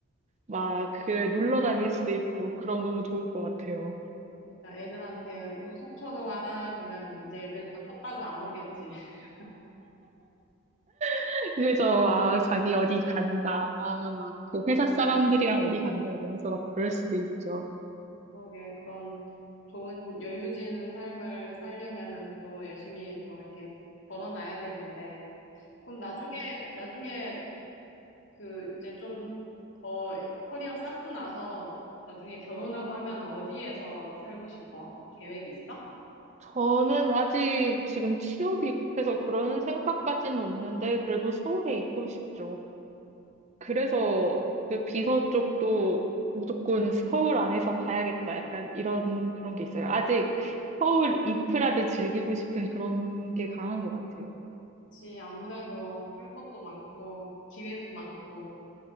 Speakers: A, on the right (about 35°); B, on the left (about 60°).
A: 막 그 놀러 다닐 수도 있고, 그럼 너무 좋을 것 같아요.
B: 그러니까 애들한테 우리 속초로 와라 그러면 이제 애들 다 컸다고 안 오겠지. <laughs>
A: <laughs> 그래서 막 자기 어디 간다, 막 그 회사 사람들이랑 어디 간다 이러면서 막 그럴
B: 음,
A: 수도 있죠.
B: 그러게 그런 좋은 여유진 삶을 살려면은 또 열심히 또 이렇게 벌어놔야 되는데 그럼 나중에 나중에 그 이제 좀 더 커리어 쌓고 나서 나중에 결혼하고 하면 어디에서 살고 싶어? 계획 있어?
A: 저는 아직 지금 취업이 급해서 그런 생각까지는 없는데, 그래도 서울에 있고 싶죠.
B: 음,
A: 그래서 그 비서 쪽도 무조건
B: 음,
A: 서울 안에서 봐야겠다. 약간 이런 그런 게 있어요. 아직 서울 인프라를 즐기고 싶은 그런 게 강한 것 같아요.
B: 그치. 아무래도 할 것도 많고, 기회도 많고.